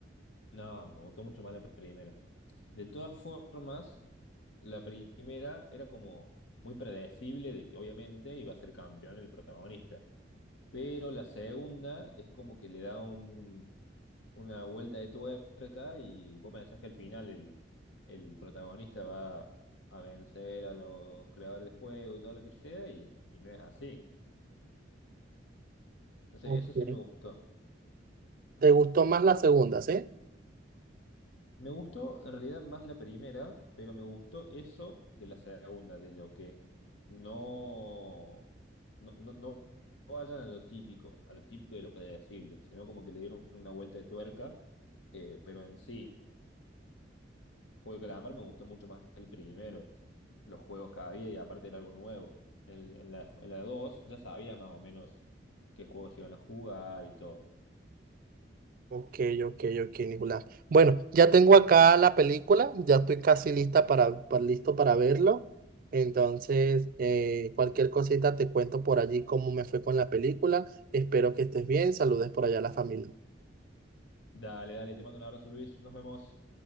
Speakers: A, on the left; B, on the right.
A: No, me gustó mucho más la primera. De todas formas, la primera era como muy predecible de que obviamente iba a ser campeón el protagonista. Pero la segunda es como que le da un una vuelta de tuerca y vos pensás que al final el, el protagonista va a vencer a los creadores del juego y todo lo que sea, y, y no es así. Entonces,
B: Ok.
A: eso sí me gustó.
B: Te gustó más la segunda, ¿sí?
A: Me gustó en realidad más la primera, pero me gustó eso de la segunda, de lo que no, no, no, no vayan a lo típico, a lo típico y lo predecible, sino como que le dieron una vuelta de tuerca, eh, pero en sí Juego de Calamar me gustó mucho más el primero, los juegos que había y aparte era algo nuevo. En, en la, en la 2 ya sabía más o menos qué juegos se iban a jugar y todo.
B: Ok, ok, ok, Nicolás. Bueno, ya tengo acá la película, ya estoy casi lista para, pa- listo para verlo. Entonces, eh, cualquier cosita te cuento por allí cómo me fue con la película. Espero que estés bien. Saludes por allá a la familia.
A: Dale, dale, te mando un abrazo Luis, nos vemos.